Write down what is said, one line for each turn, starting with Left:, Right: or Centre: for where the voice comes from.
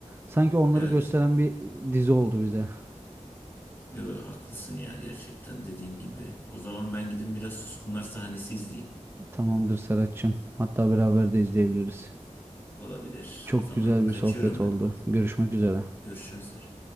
Right: Sanki onları
Left: Evet.
Right: gösteren bir dizi oldu bize.
Left: Yo, haklısın ya gerçekten dediğin gibi. O zaman ben gidin biraz Suskunlar sahnesi izleyeyim.
Right: <laughs> Tamamdır Serhat'cığım. Hatta beraber de izleyebiliriz.
Left: Olabilir.
Right: Çok
Left: O zaman
Right: güzel
Left: kaçıyorum
Right: bir sohbet
Left: ben.
Right: oldu. Görüşmek üzere.
Left: Görüşürüz.